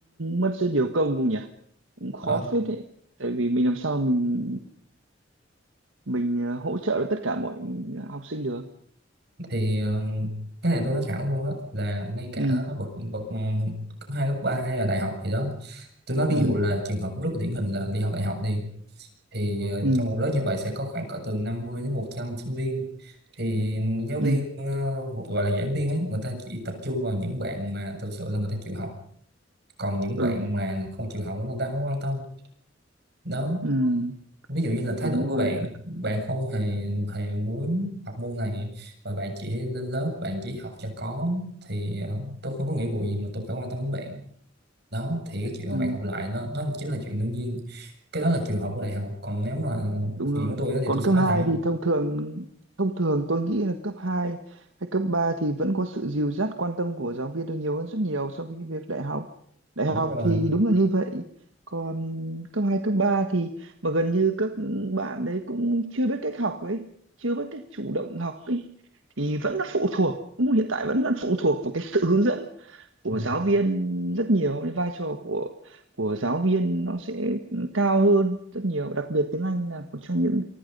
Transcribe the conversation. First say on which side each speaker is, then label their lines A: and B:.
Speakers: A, on the right; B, on the right.
A: mất rất nhiều công không nhỉ cũng khó
B: Ờ,
A: phết đấy tại vì mình làm sao mình mình à, hỗ trợ được tất cả mọi học sinh được
B: thì ừm, cái này tôi nói thẳng luôn á là ngay cả
A: ừ
B: bậc bậc ừm, cấp hai cấp ba hay là đại học thì đó tôi nói ví
A: ừ
B: dụ là trường hợp rất là điển hình là đi học đại học đi thì ờ,
A: ừ
B: trong một lớp như vậy sẽ có khoảng cỡ từ 50 đến 100 sinh viên thì giáo
A: ừ
B: viên ờ, một gọi là giảng viên ấy người ta chỉ tập trung vào những bạn mà thực sự là người ta chịu học còn những
A: ừ,
B: bạn mà không chịu học người ta không quan tâm đó
A: ừ.
B: ví dụ như là thái
A: đúng
B: độ của bạn
A: rồi
B: bạn không hề hề muốn học môn này và bạn chỉ lên lớp bạn chỉ học cho có thì ờ, tôi không có nghĩa vụ gì mà tôi phải quan tâm đến bạn đó thì cái chuyện mà
A: ừ
B: bạn học lại nó nó chính là chuyện đương nhiên cái đó là trường hợp của đại học còn nếu mà
A: Đúng
B: chuyện
A: rồi.
B: của tôi á thì
A: Còn
B: tôi sẽ
A: cấp
B: nói
A: 2
B: thẳng
A: thì thông thường thông thường tôi nghĩ là cấp 2 hay cấp 3 thì vẫn có sự dìu dắt quan tâm của giáo viên là nhiều hơn rất nhiều so với cái việc đại học. Đại
B: đúng
A: học
B: rồi
A: thì đúng là như vậy. Còn cấp 2 cấp 3 thì mà gần như các bạn đấy cũng chưa biết cách học ấy, chưa biết cách chủ động học ấy thì vẫn là phụ thuộc, cũng hiện tại vẫn là phụ thuộc vào cái sự hướng dẫn của
B: ừ.
A: giáo viên rất nhiều cái vai trò của của giáo viên nó sẽ cao hơn rất nhiều đặc biệt tiếng Anh là một trong những